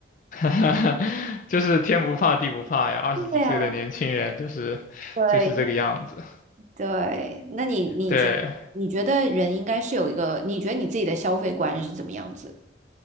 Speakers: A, on the left; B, on the right.
A: <laughs> 就是天不怕地不怕呀，二十几岁的年轻人就是就是这个样子。
B: <laughs> 对呀，对，因为对，那你你觉你觉得人应该是有一个，
A: 对，
B: 你觉得你自己的消费观是怎么样子？